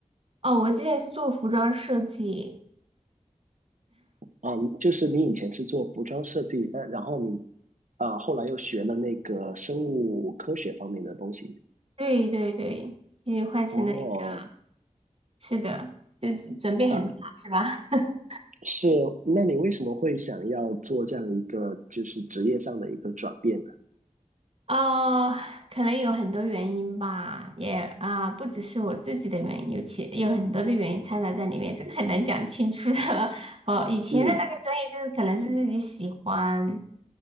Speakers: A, on the right; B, on the right.
A: 哦，我之前是做服装设计。
B: 嗯，就是你以前是做服装设计，但然后你啊，后来又学了那个生物科学方面的东西。
A: 对对对，就是换成了一个，
B: 哦，
A: 是的，就是转变很大，
B: 啊，
A: 是吧？<laughs>
B: 是，那你为什么会想要做这样一个就是职业上的一个转变呢？
A: 哦，可能有很多原因吧，也啊、不只是我自己的原因，有其有很多的原因掺杂在里面，这个很难讲清楚的。<laughs> 哦，以前的那个专业就是可能是自己喜欢，
B: 嗯，